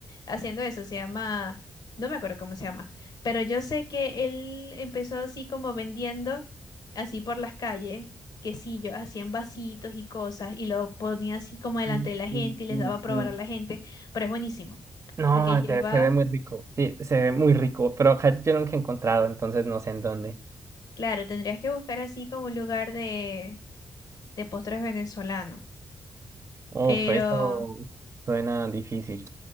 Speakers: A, on the left (about 65°); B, on the right (about 45°).
A: haciendo eso, se llama, no me acuerdo cómo se llama, pero yo sé que él empezó así como vendiendo, así por las calles, quesillo, así en vasitos y cosas, y lo ponía así como delante
B: Sí,
A: de la gente
B: sí,
A: y les
B: sí,
A: daba a probar
B: sí.
A: a la gente, pero es buenísimo,
B: No,
A: porque lleva,
B: se, se ve muy rico. Sí, se ve muy rico. Pero acá yo nunca he encontrado, entonces no sé en dónde.
A: claro, tendrías que buscar así como un lugar de, de postres venezolanos,
B: Uf,
A: pero...
B: eso suena difícil.